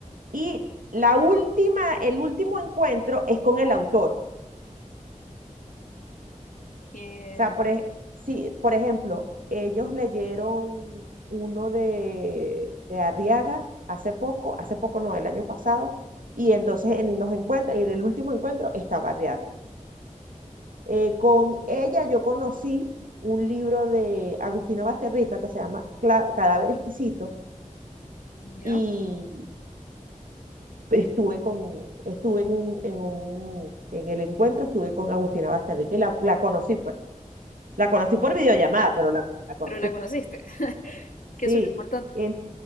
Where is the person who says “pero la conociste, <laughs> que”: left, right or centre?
Left